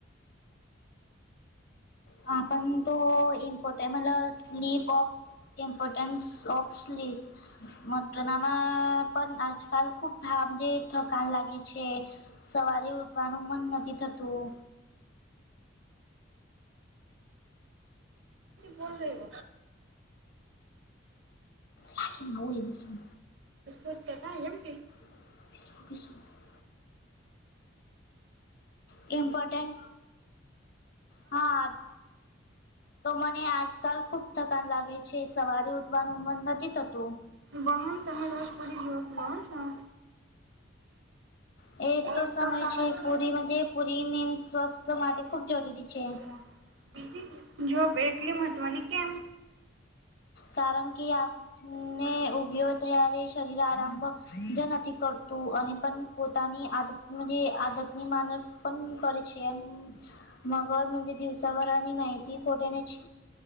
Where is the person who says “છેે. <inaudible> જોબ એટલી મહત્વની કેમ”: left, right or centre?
Right